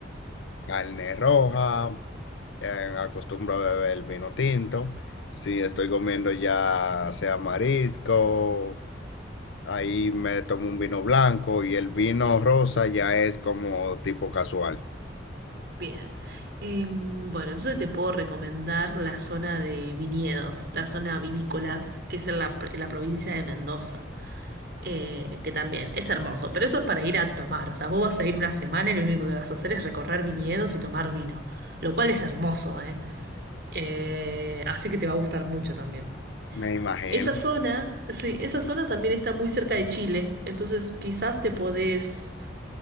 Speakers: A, on the left (about 70°); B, on the right (about 55°).
A: carne roja, eh, acostumbro a beber vino tinto. Si estoy comiendo ya sea marisco, ahí me tomo un vino blanco y el vino rosa ya es como tipo casual.
B: bien. Em, bueno, entonces te puedo recomendar la zona de viñedos, la zona vinícolas, que es en la, pr- en la provincia de Mendoza. eh, que también es hermoso, pero eso es para ir a tomar, o sea, vos vas a ir una semana y lo único que vas a hacer es recorrer viñedos y tomar vino, lo cual es hermoso, ¿eh? Eh, así que te va a gustar mucho también.
A: Me imagino.
B: Esa zona, sí, esa zona también está muy cerca de Chile, entonces quizás te podés